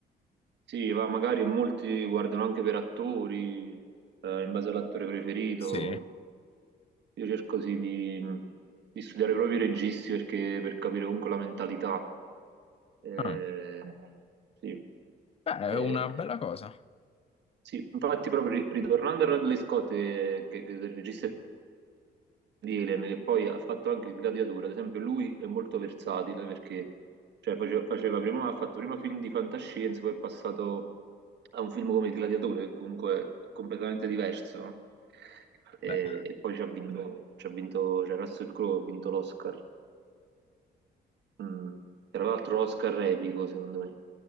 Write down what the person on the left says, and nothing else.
Sì.
Ah.
Beh, è
una bella cosa.
Beh.